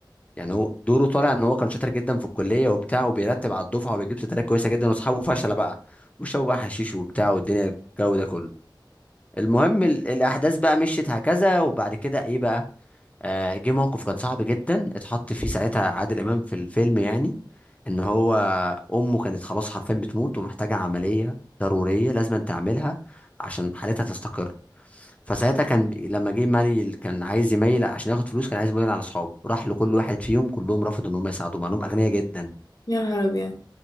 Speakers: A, on the left; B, on the left.
A: يعني هو دوره طالع ان هو كان شاطر جدا في الكليه وبتاع وبيرتب على الدفعه وبيجيب ستارات كويسه جدا واصحابه فشله بقى وشربوا بقى حشيش وبتاع والدنيا الجو ده كله المهم ال- الاحداث بقى مشيت هكذا وبعد كده ايه بقى آه جه موقف كان صعب جدا اتحط فيه ساعتها عادل امام في الفيلم يعني ان هو امه كانت خلاص حرفيا بتموت ومحتاجه عمليه ضروريه لازم تعملها عشان حالتها تستقر فساعتها كان لما جه مالي كان عايز يميل عشان ياخد فلوس كان عايز يميل على اصحابه راح لكل واحد فيهم كلهم رفضوا ان هم يساعدوه مع انهم اغنياء جدا
B: يا نهار ابيض